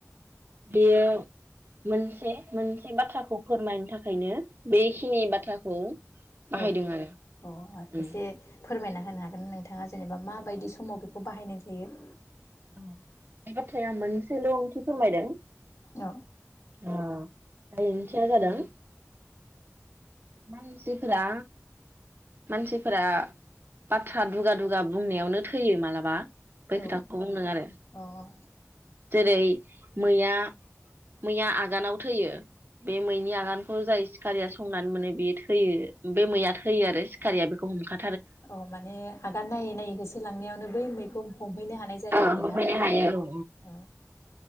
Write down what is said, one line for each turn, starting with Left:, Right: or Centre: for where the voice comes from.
Right: बेयो मोनसे, मोनसे बाथ्राखौ फोरमायनो थाखायनो बेखिनि बाथ्राखौ बाहायदों
Left: औ
Right: आरो
Left: औ अ एसे
Right: उम
Left: फोरमायना होनो हा गोन नोंथाङा जेनेबा माबायदि समाव बेखौ बाहायनाय जायो
Right: औ बे बाथ्राया मोनसेल' फोरमायदों ओ
Left: औ
Right: जाय ओंथिया जादों मानसिफोरा मानसिफोरा बाथ्रा दुगा दुगा बुंनायावनो थैयो मालाबा बै
Left: औ
Right: खोथाखौ बुंदों आरो
Left: औ अ
Right: जेरै मैया मैया आगानाव थैयो बे मैनि आगानखौ जाय सिखारिया संनानै मोनो बेयो थैयो बे मैया थैयो आरो सिखारिया बेखौ हमखा
Left: औ माने आगान नायै नायै होसो लांनायावनो बै मैखौ हमहैनो हानाय जायो
Right: औ
Left: आरोना
Right: बेबायदि
Left: औ
Right: आरो
Left: औ